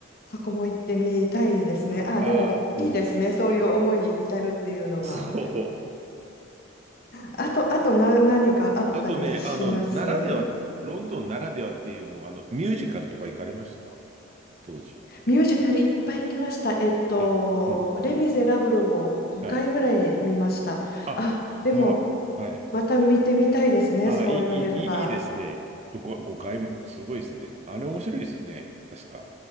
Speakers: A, on the left; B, on the right.
A: そこも行ってみたいですね。あ、
B: あ、
A: でもいいですね。
B: うん。
A: そういう思いに浸るっていうのは。
B: うん。そう。
A: あと、あとな、何かあったりします
B: あとね、あの、ならでは、ロンドンならではっていうのは、あの、ミュージカルとか行かれました当時。
A: ミュージカルいっぱい行きました。えっと、
B: あ、うん、
A: レ・
B: うん。
A: ミゼラブルを5回ぐらい見ました。
B: はい。あ、
A: あ、でも、
B: あ、はい。
A: また見てみたいですね。
B: ああ、
A: そう言われれば。
B: いい、いい、いいですね。5、5回も、すごいですね。あれ面白いですよね。確か。